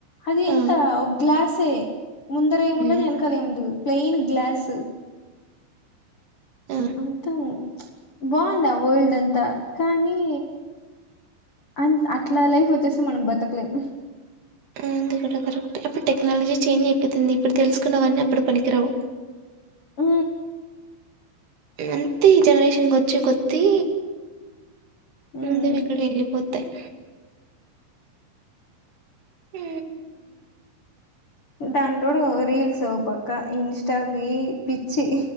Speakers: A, on the left (about 50°); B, on the right (about 60°).
A: అది ఎంతా
B: ఆ
A: ఒ గ్లాసే ముందర ఏం
B: ఉమ్
A: ఉండదు ఎనకాల ఏం ఉండదు ప్లెయిన్ గ్లాసు.
B: ఆ
A: అంతా ప్చ్ బాగుంది ఆ వరల్డ్ అంతా కానీ అన్ అట్లా లైఫ్ వచ్చేస్తా మనం బతకలేం.
B: ఆంది కూడా కరెక్టే అప్పుడు టెక్నాలజీ చేంజ్ అయిపోతుంది ఇప్పుడు తెలుసుకున్నవన్నీ అప్పుడు పనికిరావు.
A: ఆ
B: అద్ అంతే ఈ జనరేషన్కి వచ్చే కొద్దీ
A: ఉమ్
B: ముందువి ఇక్కడ ఎళ్ళిపోత్. తెయ్ ఊ
A: దానికి తోడు ఓ రీల్స్ ఓ పక్కా ఇన్స్టాకి పిచ్చి.